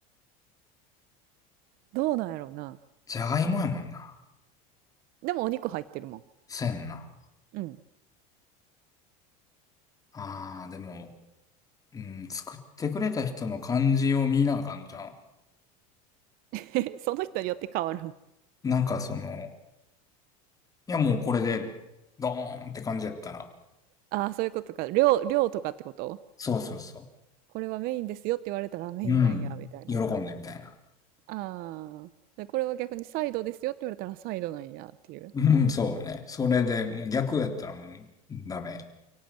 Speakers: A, on the right (about 55°); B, on the left (about 20°).
A: どうなんやろうな。
B: じゃがいもやもんな。
A: でもお肉入ってるもん。
B: せんな。
A: うん。
B: あー、でも、うん、作ってくれた人の感じを見なあかんじゃん。
A: <laughs> え、その人によって変わる
B: なんかその、いやもうこれで、ドーンって感じやったら。
A: ああ、そういうことか。量、量とかってこと
B: そうそうそ
A: これはメインですよって言われたらあメインなんや、
B: う。うん。
A: みたいな。
B: 喜んでみたいな。
A: ああ。で、これは逆にサイドですよって言われたらサイドなんやっていう。
B: うん、そうね。それで、もう逆やったらもうダメ。